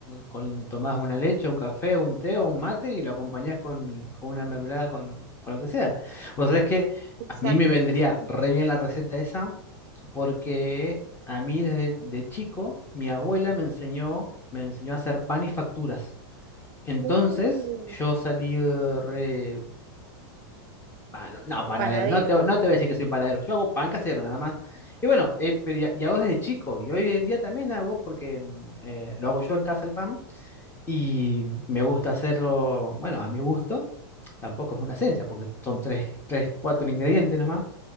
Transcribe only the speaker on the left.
con, tomás una leche, un café, un té o un mate y lo acompañás con, con una mermelada, con, con lo que sea. Vos sabés que
a mí me vendría re bien la receta esa porque a mí desde de chico mi abuela me enseñó, me enseñó a hacer pan y facturas. Entonces
yo salí eh, re Pa- no, no, panadero,
no te, no te voy a decir que soy panadero, yo hago pan casero nada más. Y bueno, eh, pero ya, y hago desde chico y hoy en día también hago porque mm, eh, lo hago yo en casa el pan y me gusta hacerlo, bueno, a mi gusto, tampoco es una ciencia porque son tres, tres, cuatro ingredientes nomás